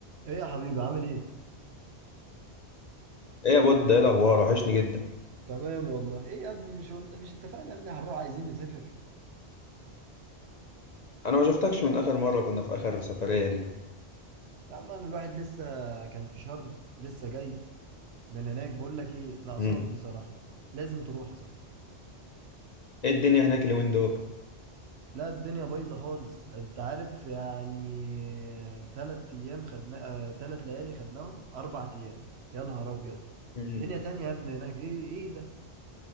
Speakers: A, on the right (about 70°); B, on the left (about 50°).
A: ايه يا حبيبي عامل ايه؟
B: ايه يا بود ايه الاخبار وحشني جدا
A: تمام والله ايه يا ابني مش قلنا مش اتفقنا يا ابني هنروح عايزين نسافر
B: انا ما شفتكش من اخر مره كنا في اخر السفريه دي
A: يا عم انا الواحد لسه كان في شرم لسه جاي من هناك بقول لك ايه ناقصاك
B: امم
A: بصراحة لازم تروح يا صاحبي
B: ايه الدنيا هناك اليومين دول
A: لا الدنيا بايظة خالص انت عارف يعني تلات ايام خدنا آه، تلات ليالي خدناهم اربع ايام يا نهار ابيض
B: امم
A: دنيا تانية يا ابني هناك ايه ايه ده؟